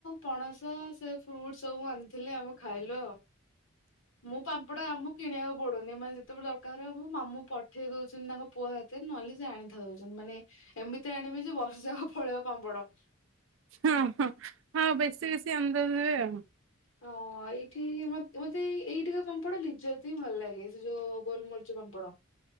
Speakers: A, on the left; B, on the right.
A: ପଣସ ସେ ଫ୍ରୁଟସ୍ ସବୁ ଆଣିଥିଲେ ଆମ ଖାଇଲୁ ଆଉ ମୁଁ ପାମ୍ପଡା ଆମ କିଣିବାକୁ ପଡୁନି ମାନେ ଯେତେବେଳେ ଦରକାର ହବ ମାମୁଁ ପଠେଇ ଦଉଛନ୍ତି ତାଙ୍କ ପୁଅ ହାତରେ ନହେଲେ ଜାଣିି ହଉଛନ୍ତି ମାନେ ଏମିତି ଆଣିବେ ଯେ ବର୍ଷ ଯାକ ପଳେଇବ ପାମ୍ପଡ
B: ହଁ ହ ହଁ ବେସ ବେସି ଆଣିଦେଉଥିବେ ଆଉ
A: ହ ଏଇଠି ମତେ ଏଇଠି କା ପାମ୍ପଡ ଲିଜତି ହିଁ ଭଲ ଲାଗେ ସେ ଯୋଉ ଗୋଲମରିଚ ପାମ୍ପଡ